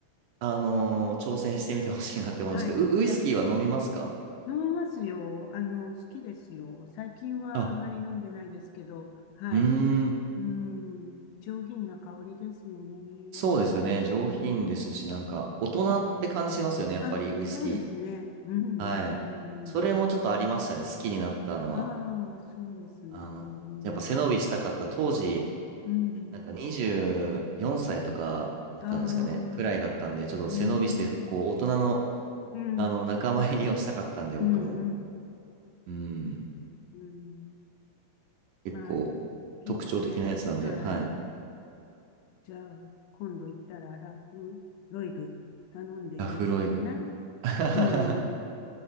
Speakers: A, on the right; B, on the left.
A: あのー挑戦してみてほしいなって思うんですけど、
B: はい。
A: ウ、ウイスキーは飲みますか
B: ラ、飲みますよ。あの、好きですよ。最近はあまり飲んでないですけど、
A: あ、
B: はい。
A: うーん、
B: うん、上品な香りですよね。
A: そうですよね。上品ですし、
B: うん。
A: なんか、大人って感じしますよね、やっぱりウイスキ
B: あ、そうですね。うんうんうんうんうん。
A: ー。はい。それもちょっとありましたね、好きになったのは。
B: ああそうですね。
A: あの、
B: うん。
A: やっぱ背伸びしたかった当時、
B: うん。
A: なんか24歳とかだったんですかね、
B: ああ、うん。
A: くらいだったんで、ちょっと背伸びして、
B: うん。
A: こう、大人の、
B: うん。
A: あの、仲間入りをしたかったんで、
B: うん。
A: 僕も。うん。
B: うん。
A: 結構、
B: まあ、いいですね。
A: 特徴的なやつなんで、
B: はい。
A: はい。
B: じゃあ、今度行ったらラフンロイグ頼んでみようかな。
A: ラフロイグ。<laughs>
B: うん。